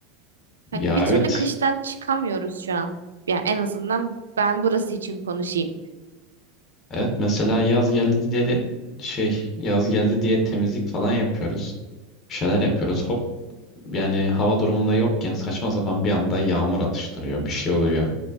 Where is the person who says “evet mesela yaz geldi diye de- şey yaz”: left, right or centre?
Left